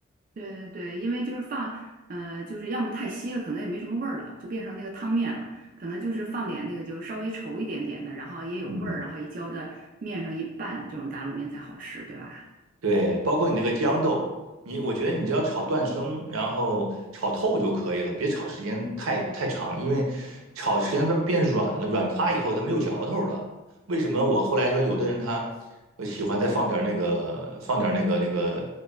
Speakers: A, on the right; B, on the right.
A: 对对对，因为就是放，呃，就是要么太稀了，可能也没什么味儿了，就变成那个汤面了。可能就是放点那个，就是稍微稠一点点的，然后也有味儿，
B: 嗯。
A: 然后一浇在面上一拌，这种打卤面才好吃，对吧？
B: 对，包括你那个豇豆，你我觉得你只要炒断生，然后炒透就可以了，别炒时间太太长，因为炒时间它变软了，软塌以后它没有嚼头了。为什么我后来说有的人他呃喜欢再放点那个放点那个那个